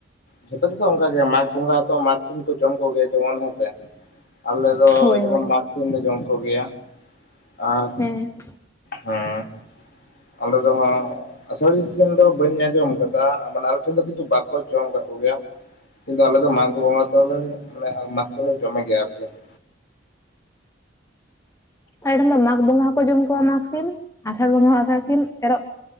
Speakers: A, on the left; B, on the left.
A: ᱡᱷᱚᱛᱚ ᱜᱮᱚᱛᱚ ᱚᱱᱠᱟᱜᱮ ᱢᱟᱜᱽ ᱵᱚᱸᱜᱟ ᱦᱛᱚ ᱢᱟᱜᱽ ᱥᱤᱢ ᱠᱚ ᱡᱚᱢ ᱠᱚᱜᱮᱭᱟ ᱡᱮᱢᱚᱱ ᱦᱮᱸᱥᱮ ᱟᱞᱮ ᱫᱚ
B: ᱦᱳᱭ
A: ᱡᱮᱢᱚᱱ
B: ᱦᱳᱭ
A: ᱢᱟᱜᱽ ᱥᱤᱢᱞ ᱞᱮ ᱡᱚᱢ ᱠᱚᱜᱮᱭᱟ ᱟᱨ
B: ᱦᱮᱸ
A: ᱦᱮᱸ ᱟᱞᱮ ᱨᱮᱦᱚᱸ ᱫᱚ ᱵᱟᱹᱧ ᱟᱸᱡᱚᱢ ᱟᱠᱟᱫᱟ ᱢᱟᱱᱮ ᱟᱞᱮ ᱴᱷᱮᱱ ᱫᱚ ᱠᱤᱱᱛᱩ ᱵᱟᱠᱚ ᱡᱚᱢ ᱟᱠᱟᱫ ᱠᱚᱜᱮᱭᱟ ᱠᱤᱱᱛᱩ ᱟᱞᱮ ᱫᱚ ᱢᱟᱜᱷ ᱵᱚᱸᱜᱟ ᱫᱚᱞᱮ ᱢᱟᱥ ᱫᱚᱞᱮ ᱡᱚᱢᱟ ᱜᱮᱭᱟ ᱟᱨᱠᱤ <inaudible>
B: ᱟᱞᱮ ᱨᱮᱱ ᱫᱚ ᱢᱟᱜᱽ ᱵᱚᱸᱜᱟ ᱦᱚᱸᱠᱚ ᱡᱚᱢ ᱠᱚᱣᱟ ᱢᱟᱜᱽ ᱥᱤᱢ ᱟᱥᱟᱲ ᱵᱚᱸᱜᱟ ᱟᱥᱟᱲ ᱥᱤᱢ ᱮᱨᱚᱜ